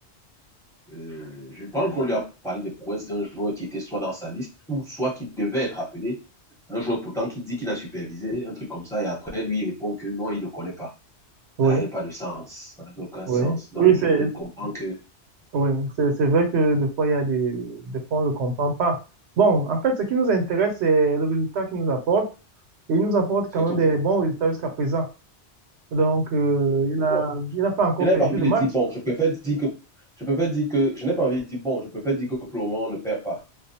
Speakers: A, in the centre; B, on the right.
A: euh, je pense qu'on lui a parlé des prouesses d'un joueur qui était soit dans sa liste ou soit qui devait être appelé. Un joueur pourtant qui dit qu'il a supervisé, un truc comme ça, et après lui il répond que non, il ne le connaît pas.
B: Oui,
A: Ça n'avait pas de sens, ça n'avait aucun
B: oui.
A: sens. Donc
B: Oui, c'est
A: je vous comprends que
B: Oui, c'est, c'est vrai que des fois, il y a des, des fois, on ne le comprend pas. Bon, en fait, ce qui nous intéresse, c'est le résultat qu'il nous apporte. Et il nous apporte
A: c'est
B: quand
A: tout.
B: même des bons résultats jusqu'à présent. Donc, euh, il a,
A: Bon,
B: il n'a pas encore
A: je n'ai
B: perdu
A: pas envie
B: le
A: de
B: match.
A: dire bon, je préfère dire que je préfère dire que je n'ai pas envie de dire bon, je préfère dire que pour le moment on ne perd pas.